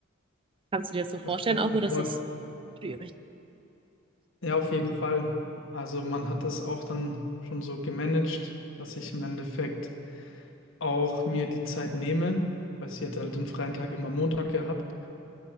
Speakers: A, on the right; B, on the left.
A: Kannst du dir das so vorstellen,
B: Das kann ich
A: auch,
B: mir
A: oder
B: vorstellen.
A: ist das schwierig?
B: Ja, auf jeden Fall. Also man hat es auch dann schon so gemanagt, dass ich im Endeffekt auch mir die Zeit nehme, weil sie hätte halt den freien Tag immer Montag gehabt,